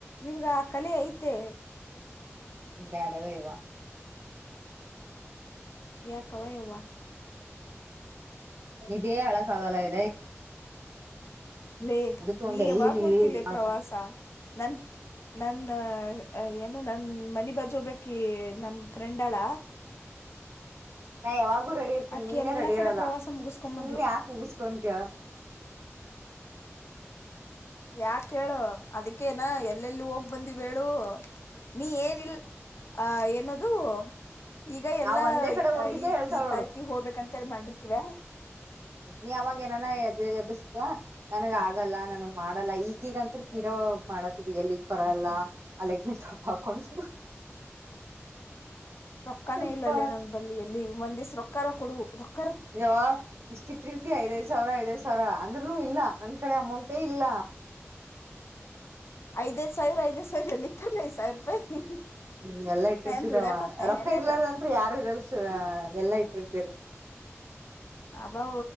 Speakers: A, on the left; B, on the right.
A: ನಿಮ್ಗ ಕಲೆ ಐತೆ
B: ಬೇಡವ ಇವಾ
A: ಯಾಕವಾ ಯವ್ವಾ
B: ಇದೇ ಹಳಕ್ಕಾಗಲಾಗಿದೆ
A: ಲೇ
B: ತೊಂಡ್
A: ನೀ
B: ಎಲ್ಲಿ
A: ಯಾವಾಗ ಗೊತ್ತಿಲ್ಲೆ
B: ಮಾಡ್ಲ
A: ಪ್ರವಾಸ ನನ್ ನನ್ ಆ ಏನು ನನ್ ಮನಿ ಬಜ್ ಹೋಗ್ಬೇಕಿ ನಮ್ ಫ್ರೆಂಡ್ ಅಳ
B: ನಾಯಾವಾಗ ರೆಡಿ ಇರ್ತೀನಿ
A: ಆಕಿ
B: ನೀನೇ
A: ಎಲ್ಲಾ
B: ರೆಡಿ
A: ಕಡೆ
B: ಇರಲ್ಲ
A: ಪ್ರವಾಸ ಮುಗಸ್ಕೊಂಬಂದ್ಲು
B: ಸುಮ್ನೆ ಯಾಕೆ ಉಗಸ್ಕೊಂತಯ
A: ಯಾಕ್ ಕೇಳು ಅದ ಕ್ಕೆನ ಎಲ್ಲೆಲ್ಲಿ ಹೋಗ್ ಬಂದ ಹೇಳು ನೀ ಏನಿಲ್ಲ ಅ ಏನೋದು ಈಗ ಎಲ್ಲಾ
B: ನಾವ್ ಒಂದೇ ಕಡೆ ಹೋಗಿದ್ದೆ
A: ಈ
B: ಹೇಳ್ತಾಳ
A: ಈ
B: ನೋಡು
A: ತಾರಕಿಗೆ ಹೋಗ್ಬೇಕಂತ ಎ ಮಾಡ್ರ ವಾ
B: ನೀ ಅವಾಗ ಏನಾನ ಎಬ್ಬಿಸ್ಯ ನನಗ ಆಗಲ್ಲ ನನ ಮಾಡಲ್ಲ ಈಗೀಗ ನಂತರ ತೀರಾ ಮಾಡತ್ತಿದರಿ ಎಲ್ಲಿಗ್ ಬರಲ್ಲ ಅಲೆ ಗಿ ಟ್ರಾಪ್ ಹಾಕೊಂಡು
A: ರೊಕ್ಕಾನೇ
B: ಯಪ್ಪ
A: ಇಲ್ಲಲ್ಲೇ ನನ್ ಬಳಿ ಎಲ್ಲಿ ಒಂದ್ ದೇಸ್ ರೊಕ್ಕಕಾರ ಕೊಡು ರೊಕ್ಕ
B: ಜವಾ ಇಷ್ಟ ಇಟ್ಟಿರ್ತಿಯ ಐದೈದ್ ಸಾವಿರ ಐದೈದ್ ಸಾವಿರವ ಅಂಗರು ಇಲ್ಲ ನನ್ ಕಡೆ ಅಮೌಂಟೇ ಇಲ್ಲ
A: ಐದೈದ ಸಾವಿರ ಐದ್ ಸಿರ ಎಲ್ಲಿ ಇತ್ತಾನ ಐ್ಸಾವಿರ ರೂಪಾಯಿ
B: ಹ್ಮ್ ಎಲ್ಲಾ ಇಟ್ಟಿರ್ತಿದವ
A: ನಾ ಏನ್ ದುಡ್ಯಾಕೋತ್ನೇನ್
B: ರೊಕ್ಕ
A: ಎಲ್ಲಾರ
B: ಇರ್ಲಾರಂದ್ರ ಯಾರು ಇರಲ್ ಸುವ ಎಲ್ಲಾ ಇಟ್ಟಿರ್ತಿ ರ್
A: ಅದಾವ